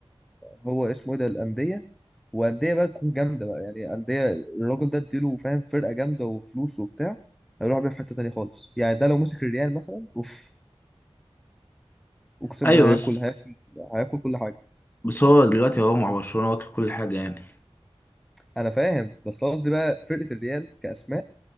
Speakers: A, in the centre; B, on the left.
A: هو اسمه ايه ده الأندية وأندية بقى تكون جامدة بقى يعني أندية الراجل ده اديله فاهم فرقة جامدة وفلوس وبتاع هيروح بيها في حتة تانية خالص يعني ده لو مسك الريال مثلا اوف اقسم
B: ايوه
A: بالله هياكل
B: بس
A: هياكل هياكل كل حاجة
B: بس هو دلوقتي هو مع برشلونه واكل كل حاجه يعني
A: انا فاهم بس قصدي بقى فرقة الريال كأسماء